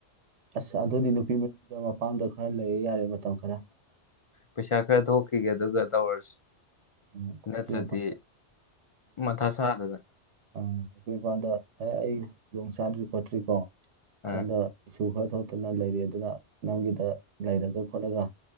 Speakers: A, on the right; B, on the left.
A: ꯑꯁ ꯑꯗꯨꯗꯤ ꯅꯨꯄꯤ ꯃꯌꯗ ꯃꯄꯥꯝꯗ ꯈꯔ ꯂꯩꯔ ꯌꯥꯔꯦ ꯃꯇꯝ ꯈꯔ
B: ꯄꯩꯁꯥ ꯈꯔ ꯊꯣꯛꯈꯤꯒꯦ ꯑꯗꯨꯒ ꯇꯧꯔꯁꯤ
A: ꯎꯝ
B: ꯅꯠꯇ꯭ꯔꯗꯤ
A: ꯅꯨꯄꯤ ꯃꯄꯥꯝꯗ
B: ꯃꯊ ꯁꯥꯗꯅ
A: ꯑꯝ ꯑꯩꯄꯤꯣꯏ ꯏꯄꯥꯟꯗ ꯑꯦ ꯑꯩ ꯈꯨꯗꯣꯡ ꯆꯥꯗ꯭ꯔꯤ ꯈꯣꯠꯇ꯭ꯔꯤꯀꯣ
B: ꯎꯝ
A: ꯁꯣꯝꯗ ꯏꯁꯨ ꯈꯔ ꯊꯣꯛꯇꯨꯅ ꯂꯩꯔꯤ ꯑꯗꯨꯅ ꯅꯪꯒꯤꯗ ꯂꯩꯔꯒ ꯈꯣꯠꯂꯒ